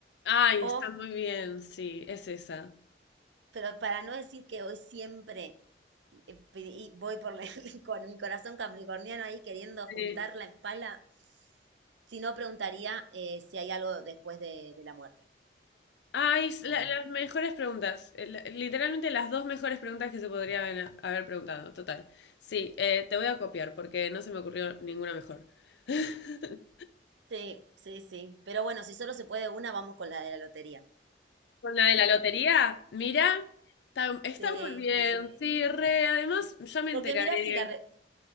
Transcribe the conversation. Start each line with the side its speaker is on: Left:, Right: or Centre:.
Left: Ay,
Right: o,
Left: está muy bien, sí, es esa.
Right: pero para no decir que hoy siempre eh, pedí- voy por la- <laughs> con mi corazón capricorniano ahí queriendo
Left: Sí.
Right: juntarla en pala, Si no, preguntaría eh, si hay algo después de, de la muerte.
Left: Ay, es la-
Right: Como,
Left: las mejores preguntas. eh, la- Literalmente las dos mejores preguntas que se podrían haber haber preguntado, total. Sí, eh, te voy a copiar porque no se me ocurrió ninguna mejor. <laughs>
Right: sí, sí, sí. Pero bueno, si solo se puede una, vamos con la de la lotería.
Left: Con la de la lotería, mira, está, está
Right: Sí,
Left: muy bien,
Right: sí.
Left: sí, re, además ya me enteraré.
Right: Porque mirá si la, re-